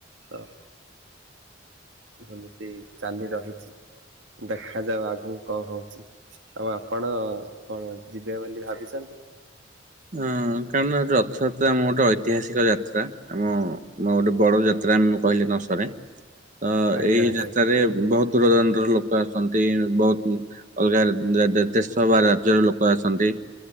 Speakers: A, on the right; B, on the right.
A: ତ
B: <inaudible>
A: ଯେମିତି ଚାଲି ରହିଛି। ଦେଖାଯାଉ ଆଗକୁ କଣ ହଉଛି ଆଉ ଆପଣ କଣ ଯିବେ ବୋଲି ଭାବିଚନ୍ତି?
B: ହଁ ଉଁ-ଉଁ କାରଣ ରଥଯାତ୍ରା ଆମ ଗୋଟେ ଐତିହାସିକ ଯାତ୍ରା ଆମ ମ ଗୋଟେ ବଡ ଯା ତ୍ରା ଆମେ କହିଲେ ନ ସରେ ତ
A: ଆଜ୍ଞା
B: ଏଇ
A: ଆଜ୍ଞା
B: ଯାତ୍ରାରେ ବହୁତ୍ ଦୂରଦୂରାନ୍ତରରୁ ଲୋକ ଆସନ୍ତି ବହୁତ୍ ଅଲଗା ରା ଦେଶ ବା ରାଜ୍ୟର ଲୋକ ଆସନ୍ତି।